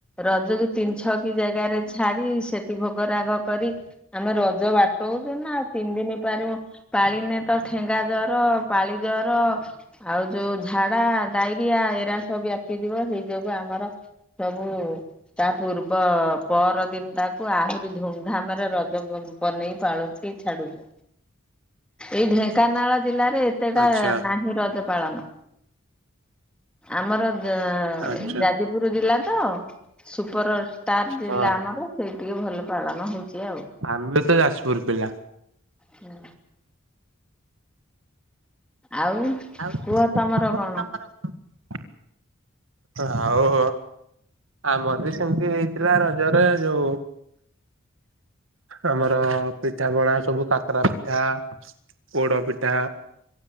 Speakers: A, in the centre; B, on the right.
A: ରଜକୁ ତିନି ଛକି ଜାଗାରେ ଛାଡି, ସେଠି ଭୋଗ ରାଗ କରି ଆମ ରଜ ବାଟୋଉଚୁ ନା ତିନି ଦିନି ପାରୁ ପାଳିନେତ ଠେଙ୍ଗା ଜର ପାଳି ଜର ଆଉ ଯୋଉ ଝାଡା ଡାଇରିଆ ଏରା ସ ବ୍ୟାପିଯିବ ସେଇ ଯୋଗୁ ଆମର ସବୁ ତା ପୂର୍ବ ପରଦିନ ତାକୁ ଆହୁରି ଧୁମଧାମରେ ରଜ ବବନେଇ ପାଳୁ। ଟିଏ ଛାଡୁଚୁ ଏଇ ଢେଙ୍କାନାଳ ଜିଲ୍ଲାରେ ଏତେଟା
B: ଆଚ୍ଛା
A: ନାହିଁ ରଜ ପାଳନ ଆମର ଯା
B: ଆଚ୍ଛା।
A: ଏ ଯାଜ ପୁରୁ ଜିଲ୍ଲା ତ ସୁପରଷ୍ଟାର ଜିଲ୍ଲା
B: ହଁ
A: ଆମର। ସେଇ ଟିକେ ଭଲ ପାଳନ ହଉଚି ଆଉ।
B: ଆମେ ତ ଯାଜପୁର ପିଲା।
A: ହୁଁ। ଆଉ
B: ଆଉ
A: କୁହ ତମର
B: ପୁଅ
A: କଣ?
B: ତମର କଣ? ଆଉ ଆମର ବି ସେମିତି ହେଇଥିଲା ରଜରେ ଯୋଉ ଆମର ପିଠା ପଣା ସବୁ କାକରା ପିଠା ପୋଡ ପିଠା,